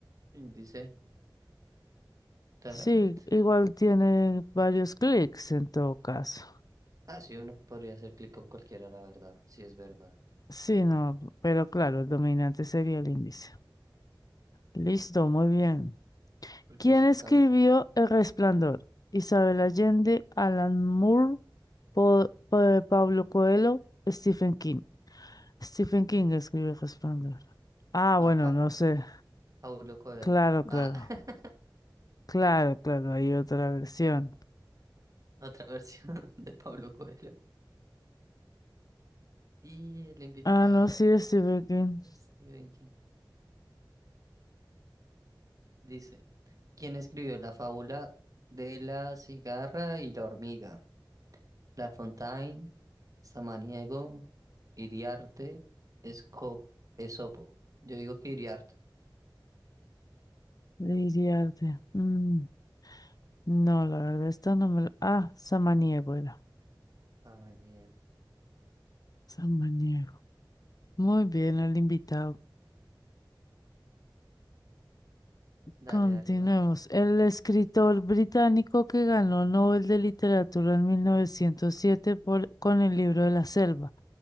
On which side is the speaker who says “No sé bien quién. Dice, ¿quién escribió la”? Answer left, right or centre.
Right